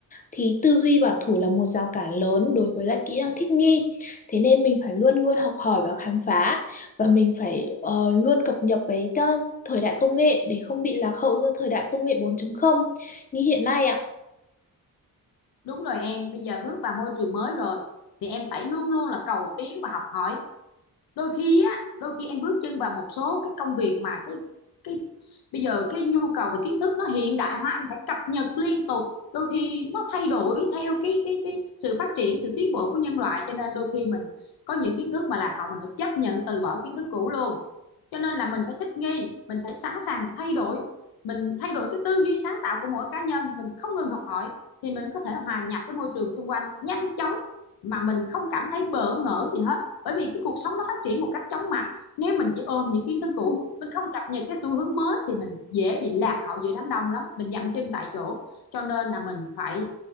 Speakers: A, on the left (about 25°); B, on the left (about 80°).
A: thì tư duy bảo thủ là một rào cản lớn đối với lại kỹ năng thích nghi thế nên mình phải luôn luôn học hỏi và khám phá và mình phải ờ, luôn cập nhật với ờ, thời đại công nghệ để không bị lạc hậu do thời đại công nghệ 4 không như hiện nay ạ
B: Đúng rồi em, bây giờ bước vào môi trường mới rồi thì em phải luôn luôn là cầu tiến và học hỏi đôi khi á đôi khi em bước chân vào một số cái công việc mà cái cái bây giờ cái nhu cầu về kiến thức nó hiện đại hóa anh phải cập nhật liên tục đôi khi nó thay đổi theo cái cái cái sự phát triển sự tiến bộ của nhân loại cho nên đôi khi mình có những kiến thức mà lạc hậu mình phải chấp nhận từ bỏ kiến thức cũ luôn cho nên là mình phải thích nghi mình phải sẵn sàng mình thay đổi mình thay đổi cái tư duy sáng tạo của mỗi cá nhân mình không ngừng học hỏi thì mình có thể hòa nhập với môi trường xung quanh nhanh chóng mà mình không cảm thấy bỡ ngỡ gì hết bởi vì cái cuộc sống nó phát triển một cách chóng mặt nếu mình chỉ ôm những kiến thức cũ
A: Ừ,
B: mình không cập nhật cái xu hướng mới thì mình dễ bị lạc hậu giữa đám đông lắm mình dậm chân tại chỗ cho nên là mình phải